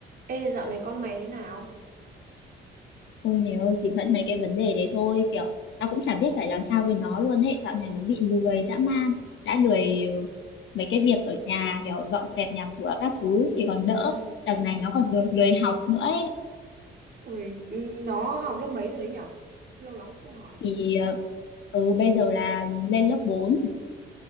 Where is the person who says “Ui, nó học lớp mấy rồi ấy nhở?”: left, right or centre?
Right